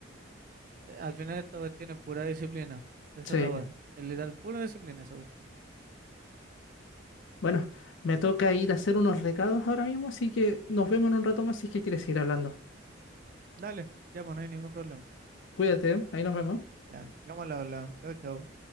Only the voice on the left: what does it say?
Sí.
Bueno, me toca ir a hacer unos recados ahora mismo, así que nos vemos en un rato más si es que quieres ir hablando.
Cuídate, ¿eh? ahí nos vemos.